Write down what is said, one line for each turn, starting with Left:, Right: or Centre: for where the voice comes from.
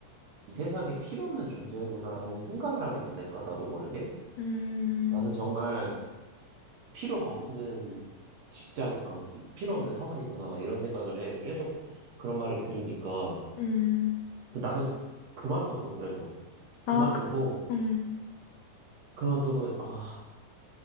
Right: 이 세상에 필요 없는 존재구나라는 생각을 하게 된다니까 나도 모르게
Left: 음.
Right: 나는 정말 필요 없는 직장 어, 이- 필요 없는 사원이구나 막 이런 생각을 해 계속 그런 말을 들으니까
Left: 음.
Right: 그 나는 그만뒀어 그래서
Left: 아,
Right: 그만두고
Left: 그, 음.
Right: 그만두고 아